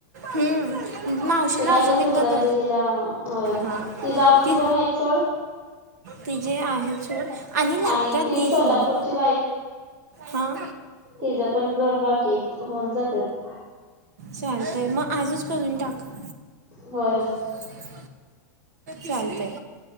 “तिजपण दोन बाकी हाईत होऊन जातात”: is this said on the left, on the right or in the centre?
Right